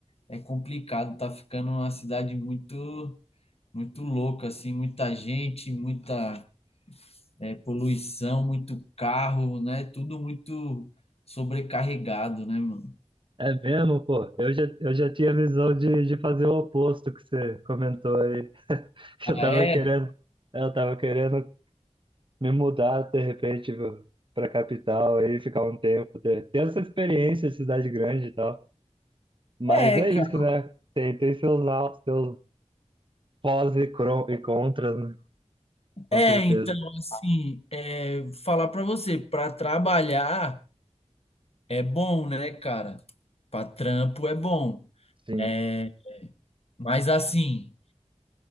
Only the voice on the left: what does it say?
é complicado, tá ficando uma cidade muito, muito louca, assim, muita gente, muita, eh, poluição, muito carro, né? Tudo muito sobrecarregado, né, mano?
Ah,
é?
É,
cara.
É,
então, assim, é, falar pra você, pra trabalhar é bom, né, cara? Pra trampo é bom.
É, Mas assim,